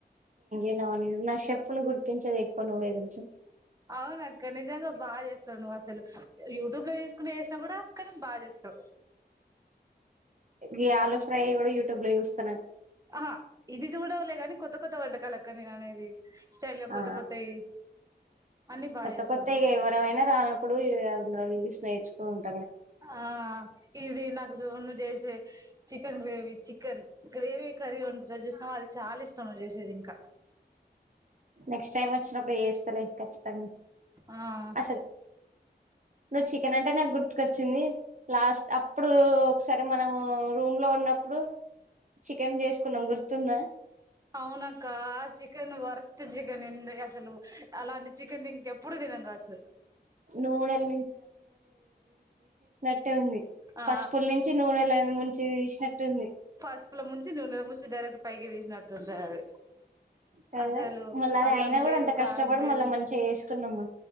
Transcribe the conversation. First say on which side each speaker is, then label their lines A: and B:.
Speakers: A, on the right (about 45°); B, on the right (about 20°).
A: ఎలా న చెప్పును గుర్తించె ఎక్కువ నువ్వేతెలుస
B: అవునక్క నిజంగా బా చేస్తావునువ్వు అసలు యూట్యూబ్ లో స్ కొన్ని చేసినా కూడా కానీ బాగా చేస్తావు
A: ఇ ఆలు ఫ్రై యూట్యూబ్ లో చూస్తాను
B: ఆహా ఇది చూడవులే గాని కొత్త కొత్త వంటకాలు అక్క నేను అనేది శటైల్గా కొత్త
A: ఆ
B: కొత్తయి అన్ని బాగా
A: కొత్త
B: చేస్తాను
A: కొత్త ఇక ఎవరమైనా రానప్పుడు అందరూ ఇ స్నేహించు అ
B: ఆ ఇది నాకు చ నువ్వు చేసే chicken gravy chicken gravy curry ఉంటాది చూసినావు అది చాలా ఇష్టం నువ్వు చేసేది ఇంకా
A: నెక్స్ట్ టైమ్ వచ్చినప్పుడు ఏ చేస్తలే కచితంగా
B: ఆ
A: అసలు నువ్ చికెన్ అంటే నా గుర్తు కాచ్చింది లాస్ట్ అప్పుడు ఒకసారి మనము రూమ్ లో ఉన్నప్పు ఇప్పుడు చికెన్ చేసుకున్న గుర్తుందా
B: అవునాక్క ఆ చికెన్ వరస్ట్ చికెన్ ఎంది అసలు అలాంటి చికెన్ ఇంకెప్పుడు తినం కావచ్చు
A: నూనెల టీ ఉంది
B: ఆ
A: పసుపుల నుంచి నూనెల ము చి థెష్నాటు ఉంది
B: పస్పు లో ముంచి నునెలో ముంచి డైరెక్ట్ పైకి తీసినట్టు ఉంటాది ఆది
A: కదా
B: అసలు
A: మళ్ళీ అది
B: అల్లం
A: అయినా కూడా
B: లేదు
A: అంత కష్టపడి
B: కారం లేదు
A: మళ్ళీ మంచిగా చేసుకున్నాం మనం